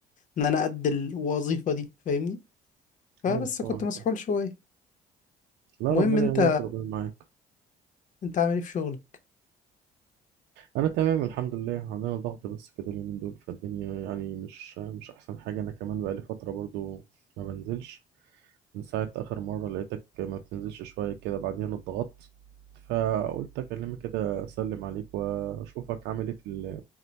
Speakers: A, on the left; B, on the right.
A: ان انا قد الوظيفة دي فاهمني فبس
B: ايوه طبعا
A: كنت مسحول
B: فاهم.
A: شوية
B: لا
A: المهم
B: ربنا
A: انت
B: يقويك ربنا معاك
A: انت عامل ايه في شغلك
B: انا تمام الحمد لله عندنا ضغط بس كده اليومين دول فالدنيا يعني مش مش احسن حاجه انا كمان بقالي فتره برضو ما بنزلش من ساعه اخر مره لقيتك ما بتنزلش شويه كده بعدين اتضغطت فقلت اكلمك كده اسلم عليك واشوفك عامل ايه في ال-